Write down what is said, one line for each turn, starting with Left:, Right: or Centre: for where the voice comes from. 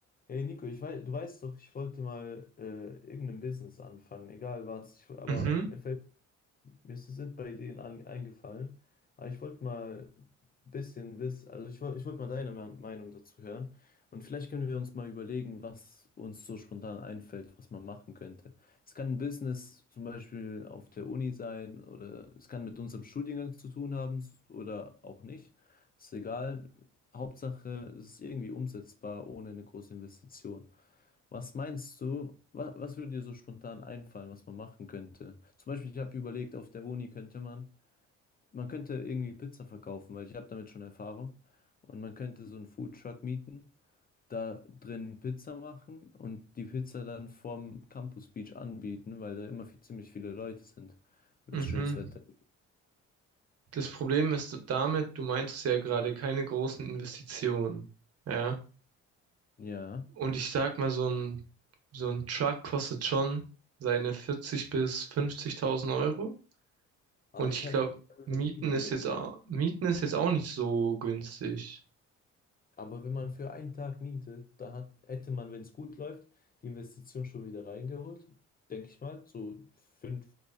Left: Hey Nico, ich weiß, du weißt doch, ich wollte mal äh, irgendein Business anfangen, egal was. Ich, aber
Right: Mhm,
Left: mir fällt mir ist- sind bei denen an, eingefallen. Aber ich wollte mal ein bisschen wissen, also ich, woll- ich wollte mal deine Me- Meinung dazu hören. Und vielleicht können wir uns mal überlegen, was uns so spontan einfällt, was man machen könnte. Es kann ein Business zum Beispiel auf der Uni sein oder es kann mit unserem Studiengang zu tun haben s- oder auch nicht. Ist egal. Hauptsache, es ist irgendwie umsetzbar ohne eine große Investition. Was meinst du, wa was würde dir so spontan einfallen, was man machen könnte? Zum Beispiel, ich habe überlegt, auf der Uni könnte man, man könnte irgendwie Pizza verkaufen, weil ich habe damit schon Erfahrung. Und man könnte so einen Foodtruck mieten, da drin Pizza machen und die Pizza dann vorm Campus Beach anbieten, weil da immer viel, ziemlich viele Leute sind, wenn
Right: mhm.
Left: es schönes Wetter gibt.
Right: Das Problem ist damit, du meintest ja gerade keine großen Investitionen. Ja.
Left: Ja.
Right: Und ich sag mal, so ein, so ein Truck kostet schon seine 40 bis 50.000 Euro.
Left: Aber
Right: Und
Left: ich
Right: ich
Left: habe
Right: glaube,
Left: ich hab über
Right: Mieten
Left: Mieten
Right: ist
Left: geredet.
Right: jetzt auch, Mieten ist jetzt auch nicht so günstig.
Left: Aber wenn man für einen Tag mietet, da hat, hätte man, wenn es gut läuft, die Investition schon wieder reingeholt, denke ich mal. So fünf,